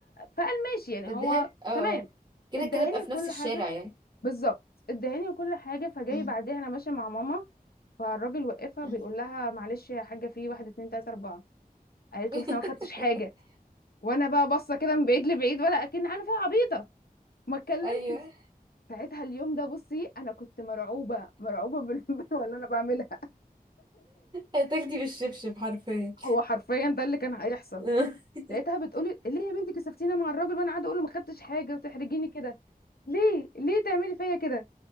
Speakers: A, on the left (about 80°); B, on the right (about 30°).
A: فقال ماشي يعني
B: فاديها
A: هو
B: لي. اه اه
A: تمام
B: كده
A: ادهاني
B: كده بقى في
A: كل
B: نفس الشارع
A: حاجه
B: يعني
A: بالظبط ادهاني كل حاجه فجاي
B: مم.
A: بعديها انا ماشيه مع ماما فالراجل وقفها
B: مم.
A: بيقول لها معلش يا حاجه في واحد اتنين تلاته اربعه قالت
B: <laughs>
A: له بس انا ما خدتش حاجه وانا بقى باصه كده من بعيد لبعيد ولا اكن عامله فيها عبيطه ما اتكلمتش
B: ايوه
A: ساعتها اليوم ده بصي انا كنت مرعوبه مرعوبه بال- <laughs> باللي انا بعملها
B: هتاخدي بالشبشب حرفيا
A: هو حرفيا ده اللي كان هيحصل
B: <laughs>
A: لقيتها بتقولي ليه يا بنتي كسفتينا مع الراجل وانا قاعده اقول له ما خدتش حاجه وتحرجيني كده ليه ليه تعملي فيا كده